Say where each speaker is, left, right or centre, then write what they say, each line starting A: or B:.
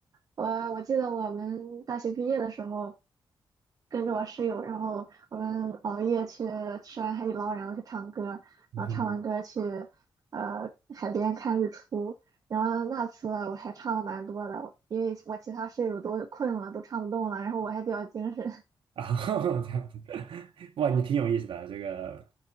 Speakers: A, on the right; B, on the right.
A: 我我记得我们大学毕业的时候，跟着我室友，然后我们熬夜去吃完海底捞，然后去唱歌，
B: 嗯
A: 然后唱完歌去呃海边看日出。然后那次我还唱了蛮多的，因为我其他室友都困了，都唱不动了，然后我还比较精神。
B: 啊，<laughs> 这样子，<laughs> 哇，你挺有意思的啊这个